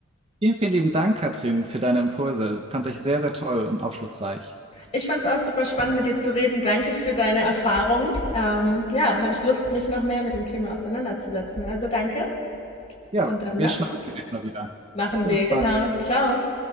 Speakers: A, on the right; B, on the left.
A: vielen, vielen lieben Dank, Katrin, für deine Impulse. Fand ich sehr, sehr toll und aufschlussreich.
B: Ich fand es auch super spannend, mit dir zu reden. Danke für deine Erfahrung. Ähm, ja, habe ich Lust, mich noch mehr mit dem Thema auseinanderzusetzen. Also danke
A: Ja,
B: und dann
A: wir
B: mach's
A: schnacken
B: gut.
A: demnächst mal wieder.
B: Machen
A: Bis
B: wir, genau.
A: bald.
B: Ciao.